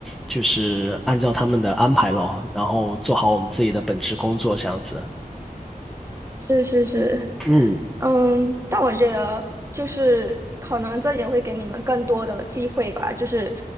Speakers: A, in the centre; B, on the right.
A: 就是按照他们的安排咯，然后做好我们自己的本职工作这样子。
B: 是是是，
A: 嗯
B: 嗯，但我觉得就是可能这也会给你们更多的机会吧，就是